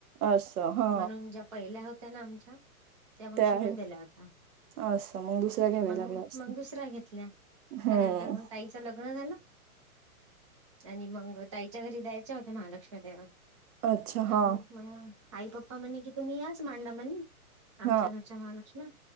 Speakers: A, on the right; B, on the right.
A: असं हा
B: म्हणून ज्या पहिल्या होत्या. त्या मग
A: ते आहे
B: शिरून दिल्या होत्या.
A: असं मग दुसऱ्या घ्याव्या
B: मग
A: लागल्या असतील
B: मग दुसऱ्या घेतल्या त्यानंतर
A: हम्म
B: मग ताईच लग्न झालं आणि मग ताईच्या घरी द्यायच्या होत्या महालक्ष्मी तेव्हा
A: अच्छा हा
B: मग आई पप्पा म्हणे कि तुम्ही याच मांडा म्हणे आमच्या
A: हा
B: घरच्या महालक्ष्मा